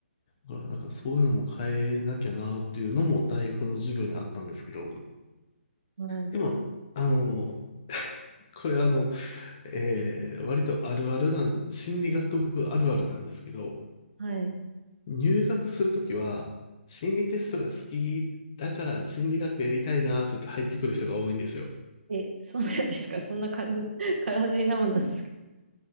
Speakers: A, on the left (about 25°); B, on the right (about 65°).
A: だからなんかそういうのも変えなきゃなっていうのも大学の授業にあったんですけど、
B: はい。
A: でも、あの、これあの、えー割とあるあるなん、心理学部あるあるなんですけど、
B: はい。
A: 入学するときは、心理テストが好きだから心理学やりたいなーって言って入ってくる人が多いんですよ。
B: え、そうなんですかそんな軽、<laughs> 軽はずみなものなんですか、